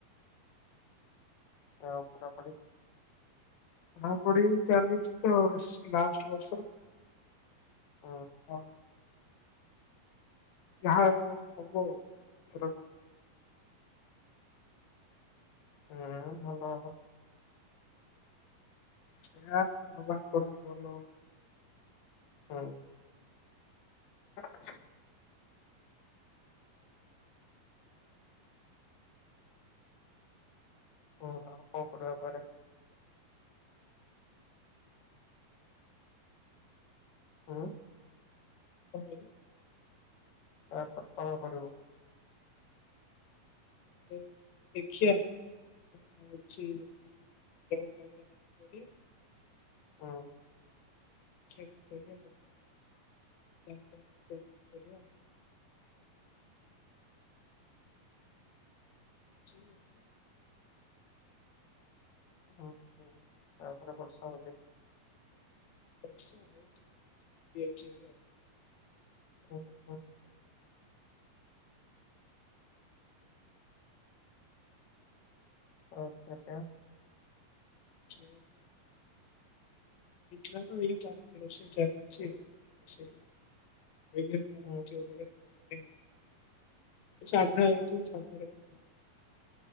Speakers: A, on the left; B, on the left.
A: ଆଉ ପଢ଼ା ପଢ଼ି‌।
B: ପଢ଼ା ପଢ଼ି ଚାଲିଛି ତ ଲାଷ୍ଟ ବର୍ଷ।
A: ହଁ।
B: ଆଉ ଯାହା ସବୁ ଆଉ ଏଥରକ।
A: ହୁଁ ଭଲ ହବ।
B: ସେୟା ଭଗବାନ୍ କରନ୍ତୁ ଭଲ ହଉ।
A: ହଁ। <unintelligible> ଓ ହଁ ଆଉ କଣ କରିବା କୁଆଡେ। ହୁଁ।
B: କଣ କହିଲୁ।
A: ଆଁ ପରେ କଣ କରିବୁ।
B: ଦେ ଦେଖଆ। ହ ଅଛି ଯଦି ପ୍ରାଇଭେଟ୍ ଲାଇନ ରେ ଜବ କରିବା।
A: ହଁ।
B: ତା ପରେ କରିବା କଣ ଗଭମେଣ୍ଟ ଜବ୍ କରିବା ଆଉ। ସେ ଅଛି।
A: ହୁଁ ହୁଁ ଆଉ ସାଢ଼େ ବର୍ଷା ହଉଛି।
B: ବର୍ଷା ହଉଛି ହେଉଛି ଏବେ ଆଉ।
A: ଓ ହୋ। ଆଉ ଖିଆପିଆ।
B: ଖିଆ ପିଆ। ଏଇଖିଣା ତ ଚାଲିଛି ରୋଷେଇ ଚାଲିଛି ରୋଷେଇ ଆଉ। ଏଇଖିନି କଣ
A: ହୁଁ
B: ହେଇଥିବ
A: ହୁଁ
B: ଘରେ ଖାଇବାପାଇଁ ଆଉ ସାଧା ହେଇଥିବ ସାଧାରେକଣ ଖାଇବା।